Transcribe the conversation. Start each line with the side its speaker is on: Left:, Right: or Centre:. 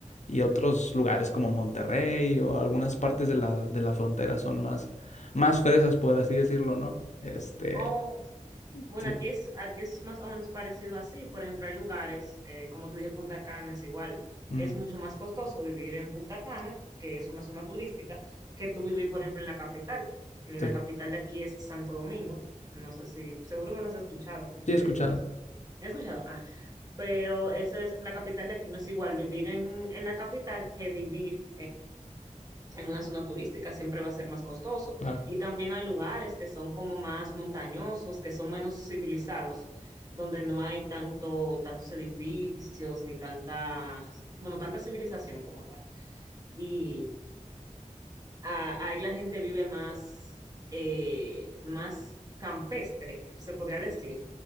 Left: y otros lugares como Monterrey o algunas partes de la, de la frontera son más, más fresas, por así decirlo, ¿no? Este,
Right: Oh, bueno,
Left: sí,
Right: aquí es, aquí es más o menos parecido así. Por ejemplo, hay lugares, eh, como te dije, Punta Cana es igual.
Left: ujú,
Right: Es mucho más costoso vivir en Punta Cana, que es una zona turística, que tú vivir, por ejemplo, en la capital. Eh,
Left: sí,
Right: la capital de aquí es Santo Domingo. No sé si, seguro no lo has escuchado, porque,
Left: sí, he escuchado,
Right: bueno, he escuchado. Ah, pero esa es la capital de aquí, no es igual vivir en, en la capital que vivir en una zona turística siempre va a ser más costoso.
Left: claro.
Right: Y también hay lugares que son como más montañosos, que son menos civilizados, donde no hay tanto, tantos edificios ni tanta, bueno, tanta civilización como tal. Y ah, ahí la gente vive más, eh, más campestre, se podría decir.